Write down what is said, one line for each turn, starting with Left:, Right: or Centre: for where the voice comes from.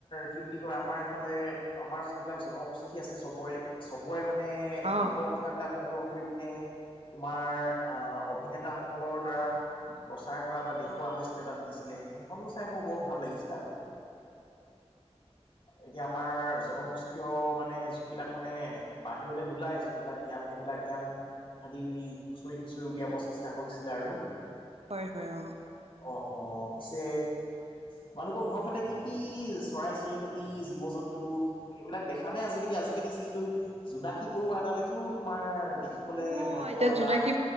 Left: কি বুলি কয় আমাৰ এইফালে আমাৰ যোনবিলাক জনগোষ্ঠী আছে চবৰে চবৰে মানে
Right: অ', অ',
Left: লোক কথাবিলাক সংগ্ৰহ তোমাৰ আ অভিনেতা সকলৰ দ্বাৰা প্ৰচাৰ কৰা।
Right: অ',
Left: খোৱা হৈছিলে তাত দিছিলে সেইখনো চাই
Right: অ',
Left: মোৰ বৰ ভাল লাগিছিলে আগতে এতিয়া আমাৰ আমাৰ জনগোষ্ঠীয় মানে যোনবিলাক মানে বাহিৰলে নোলায় যোনবিলাক জ্ঞান সেইবিলাক জ্ঞান সিহঁতি খুচৰি খুচৰি উলিয়াব চেষ্টা কৰিছিলে আৰু
Right: হয় হয় অ
Left: অ অ পিছে তোমালোকৰ ঘৰৰ ফালে কি কি চৰাই চিৰিকটি জীৱ জন্তু সেইবিলাক দেখা নে আজিকালি আজিকালি যিহেতু জোনাক কি পৰুৱা এটালৈকেও তোমাৰ দেখিবলে
Right: অ
Left: ভাগ্য
Right: এতিয়া
Left: লগা
Right: জোনাকী